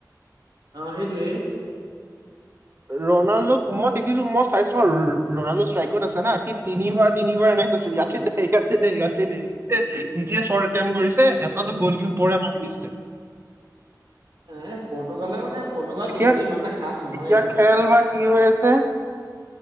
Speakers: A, on the right; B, on the right.
A: অ সেইটোৱেই।
B: ৰনাল্ডোক মই দেখিছো মই চাইছো আৰু ৰনাল্ডো ষ্ট্ৰাইকত আছে না। হি তিনিবাৰ তিনিবাৰ নে কৈছে ইয়াতে
A: উম।
B: দে, ইয়াতে দে, ইয়াতে দে। নিজে চৰ্ট এটেম্প্ত কৰিছে। এ তাতো গলকি ওপৰে মাৰি দিছে।
A: এ পৰ্টুগালে মানে পৰ্টগাল
B: এতিয়া
A: টিমটো ইমান এটা খাচ নহয়
B: এতিয়া
A: এইবাৰ।
B: খেল বা কি হৈ আছে